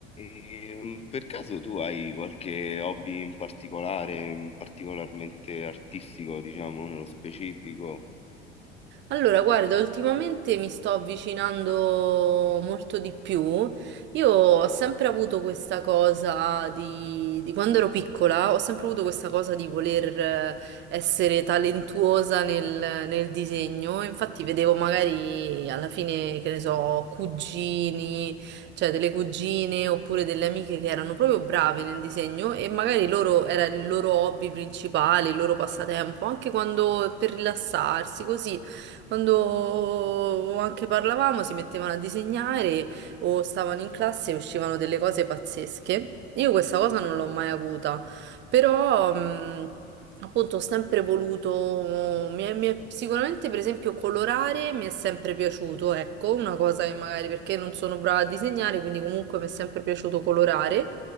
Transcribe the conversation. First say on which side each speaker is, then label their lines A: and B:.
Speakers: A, on the left (about 20°); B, on the right (about 35°).
A: E, per caso tu hai qualche hobby in particolare, in particolarmente artistico, diciamo, nello specifico?
B: Allora, guarda, ultimamente mi sto avvicinando molto di più. Io ho sempre avuto questa cosa di, di quando ero piccola, ho sempre avuto questa cosa di voler eh, essere talentuosa nel, nel disegno. Infatti vedevo magari alla fine, che ne so, cugini, cioè delle cugine oppure delle amiche che erano proprio brave nel disegno e magari loro era il loro hobby principale, il loro passatempo, anche quando per rilassarsi, così. Quando anche parlavamo si mettevano a disegnare o stavano in classe e uscivano delle cose pazzesche. Io questa cosa non l'ho mai avuta, però mh, appunto ho sempre voluto, mi è- mi è- sicuramente per esempio colorare mi è sempre piaciuto, ecco, una cosa che magari perché non sono brava a disegnare, quindi comunque mi è sempre piaciuto colorare.